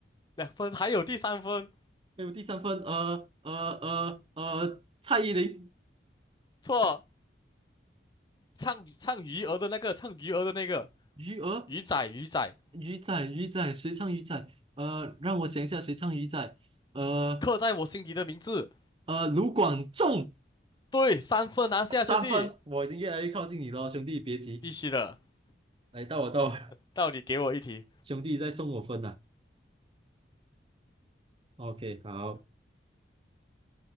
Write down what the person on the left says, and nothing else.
两分，还有第三分
错。唱唱鱼儿的那个，唱鱼儿的那个，
鱼仔鱼仔，
刻在我心底的名字。
对，三分拿下，兄弟，
必须的。
到你给我一题。